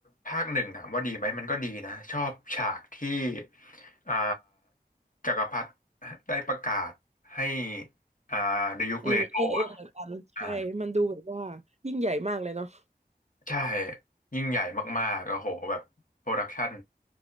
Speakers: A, on the left; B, on the right.
A: ภาคหนึ่งถามว่าดีไหมมันก็ดีนะชอบฉากที่อ่าจักรพรรดิได้ประกาศให้อ่าดยุคเลโน
B: อืมเออเออเหมือนกันใช่มันดูแบบว่ายิ่งใหญ่มากเลยเนาะ
A: อ่าใช่ยิ่งใหญ่มากๆโอ้โหแบบโปรดักชัน